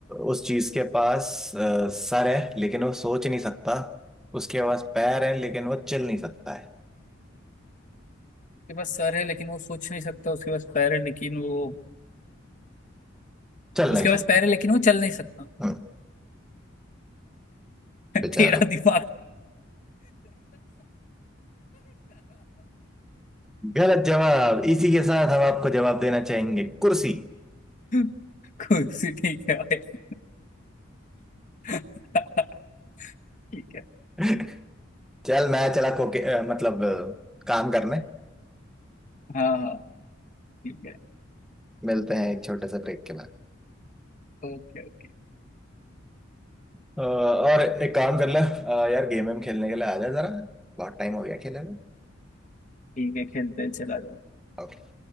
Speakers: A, in the centre; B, on the left.
A: उस चीज के पास अ, सर है लेकिन वो सोच नहीं सकता उसके पास पैर है लेकिन वो चल नहीं सकता है
B: उसके पास सर है लेकिन वो सोच नहीं सकता उसके पास पैर है लेकिन वो
A: चल
B: उसके
A: नहीं सकता
B: पास पैर है लेकिन वो चल नहीं सकता
A: हम्म,
B: <laughs>
A: बेचारा
B: तेरा दिमाग
A: गलत जवाब इसी के साथ हम आपको जवाब देना चाहेंगे कुर्सी
B: <laughs> कुर्सी ठीक है भाई <laughs> ठीक है
A: <laughs> चल मैं चला खोके अ, मतलब अ, काम करने
B: हाँ हाँ ठीक है
A: मिलते हैं एक छोटे से ब्रेक के बाद
B: Okay okay
A: अ, और एक काम कर ले अ, यार गेम वेम खेलने के लिए आ जा जरा बहुत टाइम हो गया खेले हुए।
B: ठीक है खेलते हैं चला जाओ
A: Okay.